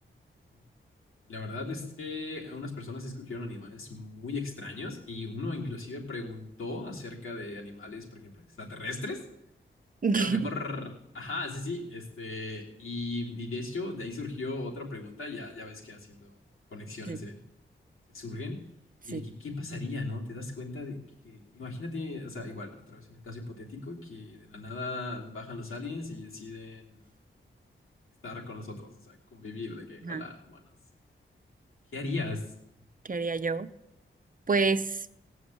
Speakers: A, on the left (about 90°); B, on the right (about 40°).
A: Sí. Y la verdad es que unas personas sí escogieron animales muy extraños y uno inclusive preguntó acerca de animales, por ejemplo, extraterrestres.
B: <laughs>
A: que a lo mejor, ajá, sí, sí, este, y, y de hecho, de ahí surgió otra pregunta, ya, ya ves que haciendo conexiones
B: Sí,
A: se, se surgen,
B: sí.
A: y de que qué pasaría, ¿no? Te das cuenta de que, que- imagínate, o sea, igual, otra vez en un caso hipotético, que de la nada bajan los aliens y deciden estar con nosotros, o sea, convivir, de que,
B: Ajá.
A: hola, humanos, ¿qué harías?
B: ¿Qué haría yo? Pues,